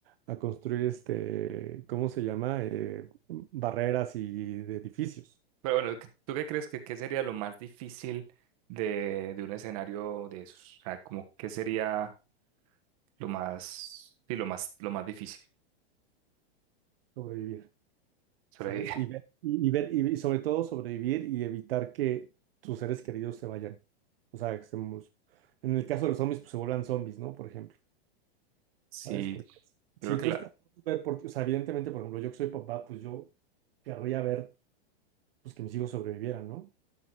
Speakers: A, on the right (about 65°); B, on the right (about 35°).
A: a construir este, ¿cómo se llama? Eh, barreras y de edificios,
B: Pero bueno, ¿qué- ¿tú qué crees que qué sería lo más difícil de, de un escenario de esos? O sea, como qué sería lo más, sí, lo más, lo más difícil,
A: sobrevivir.
B: sobrevivir.
A: ¿sabes? Y ver, y, y ver, y, y sobre todo sobrevivir y evitar que
B: <laughs>
A: tus seres queridos se vayan. O sea, que se mu- en el caso de los zombies, pues se vuelvan zombies, ¿no? Por ejemplo,
B: Sí,
A: ¿sabes? Porque
B: yo
A: si
B: creo que
A: tú
B: la,
A: estás ver por ti, o sea, evidentemente, por ejemplo, yo que soy papá, pues yo querría ver pues que mis hijos sobrevivieran, ¿no?